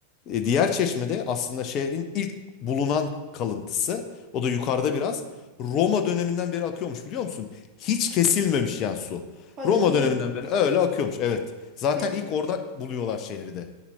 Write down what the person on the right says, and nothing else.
Hı.
Hadi
canım.
Peki.